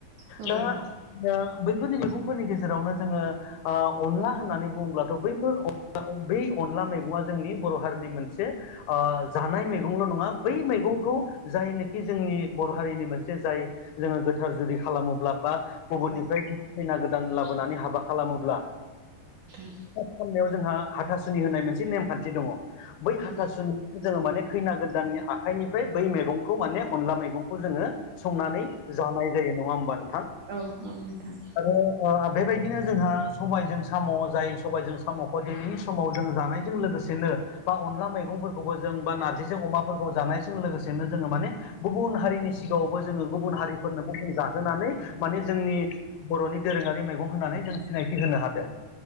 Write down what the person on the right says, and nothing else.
औ नोंथां
औ
औ नोंथां
औ
औ औ नोंथां